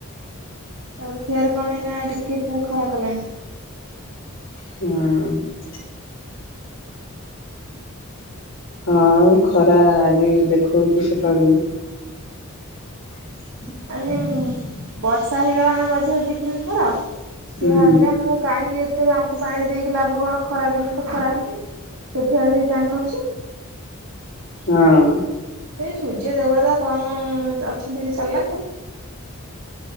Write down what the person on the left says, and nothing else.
ହଁ ହଁ ଖରା ଆଜି ଦେଖଉଛି ସେତେବେଳେ ବି <unintelligible>
ହୁଁ
ହଁ